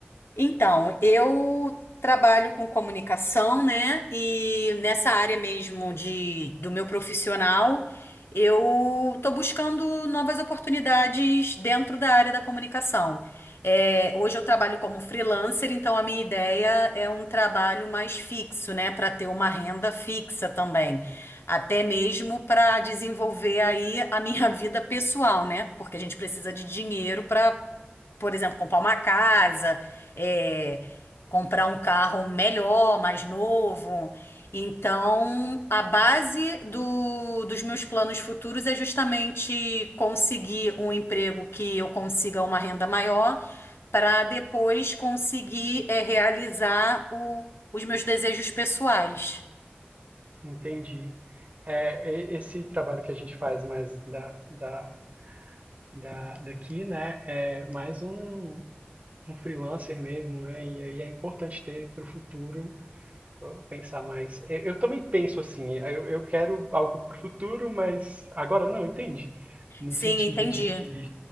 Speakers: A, on the left; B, on the right.
A: Então, eu trabalho com comunicação, né? E nessa área mesmo de, do meu profissional, eu estou buscando novas oportunidades dentro da área da comunicação. É, hoje eu trabalho como freelancer, então a minha ideia é um trabalho mais fixo, né? Para ter uma renda fixa também. Até mesmo para desenvolver aí a minha <laughs> vida pessoal, né? Porque a gente precisa de dinheiro por exemplo, comprar uma casa, é, comprar um carro melhor, mais novo. Então, a base do- dos meus planos futuros é justamente conseguir um emprego que eu consiga uma renda maior, para depois conseguir, é, realizar o- os meus desejos pessoais.
B: Entendi. É, e- esse trabalho que a gente faz mais da, da, da, daqui, né? É mais um um freelancer mesmo, né? E aí é importante ter para o futuro uh, pensar mais. Eu, eu também penso assim, é, eu, eu quero algo para o futuro, mas agora não, entende? No
A: Sim,
B: sentido
A: entendi.
B: de que